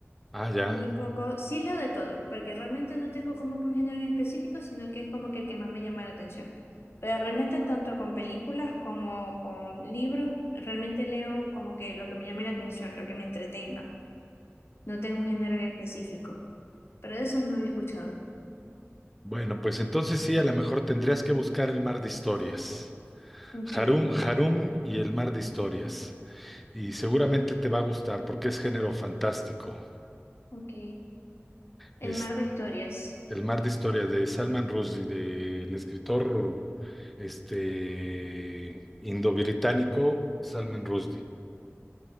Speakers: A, in the centre; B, on the left.
A: Ah, ya.
B: muy poco, sí leo de todo, porque realmente no tengo como que un género en específico, sino que es como que el que más me llama la atención. Pero realmente tanto con películas como con libros, realmente leo como que lo que me llame la atención, lo que me entretenga. No tengo un género en específico, pero de esos no había escuchado.
A: Bueno, pues entonces sí, a lo mejor tendrías que buscar el mar de historias.
B: Ok,
A: Harum, Harum y el mar de historias. Y seguramente te va a gustar porque es género fantástico.
B: ok.
A: Es
B: El mar de historias,
A: el mar de historias de Salman Rushdie, del escritor este, indo-británico Salman Rushdie.